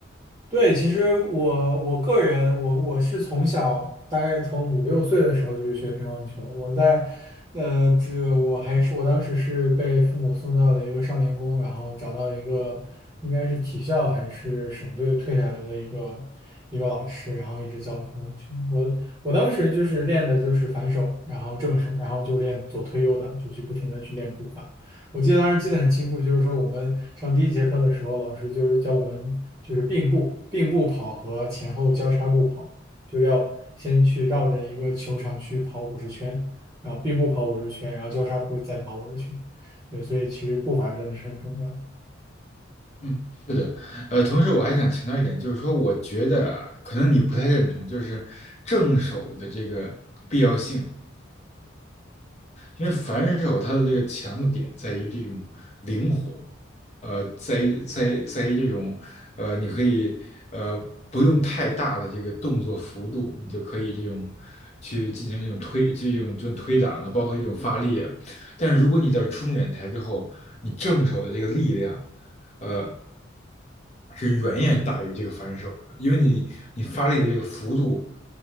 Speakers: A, on the right; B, on the left.
A: 对，其实我我个人，我我是从小大概从五六岁的时候就是学乒乓球。我在，呃，这个我还是我当时是被父母送到了一个少年宫，然后找到一个应该是体校还是省队退下来的一个一个老师，然后一直教我乒乓球。我我当时就是练的就是反手，然后正手，然后就练左推右挡，就去不停的去练步伐。我记得当时记得很清楚，就是说我们上第一节课的时候，老师就是教我们就是并步、并步跑和前后交叉步跑，就要先去绕着一个球场去跑五十圈，然后并步跑五十圈，然后交叉步再跑五十圈。对，所以其实步伐真的是很重要。
B: 嗯呃，同时我还想强调一点，就是说，我觉得啊可能你不太认同，就是正手的这个必要性。因为反手它的这个强的点在于这种灵活，呃，在在在于这种呃，你可以呃不用太大的这个动作幅度，你就可以这种去进行这种推这种这种推挡啊，包括这种发力啊。但是如果你到中远台之后，你正手的这个力量，呃，是远远大于这个反手的，因为你你发力的这个幅度，